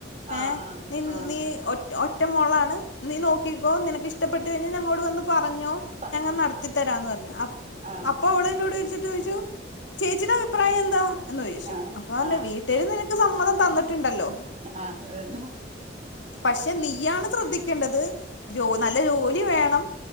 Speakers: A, on the right (about 35°); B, on the left (about 75°).
A: അ
B: ഏഹ്
A: അ
B: നി
A: അ
B: നീ ഒ ഒറ്റ മോളാണ് നീ നോക്കിക്കോ നിനക്ക് ഇഷ്ടപ്പെട്ടു കഴിഞ്ഞാൽ ഞങ്ങളോട് വന്ന് പറഞ്ഞോ
A: പ്പ
B: ഞങ്ങ
A: ആ
B: നടത്തിത്തരാന്ന്
A: ആ
B: പറഞ്ഞ്
A: ആ ആ
B: അപ്പൊ അവള് എന്നോട് വിളിച്ചിട്ട് ചോദിച്ചു ചേച്ചിയുടെ അഭിപ്രായം എന്താ എന്ന് ചോദിച്ചു
A: ആ
B: അപ്പൊ പറഞ്ഞ്
A: ആ ആ
B: വീട്ടില് നിനക്ക് സമ്മതം തന്നിട്ടുണ്ടല്ലോ
A: ആഹ അതന്നെ
B: പക്ഷെ നീയാണ് ശ്രദ്ധിക്കേ ണ്ടത് ജോ നല്ല ജോലി എ വേണം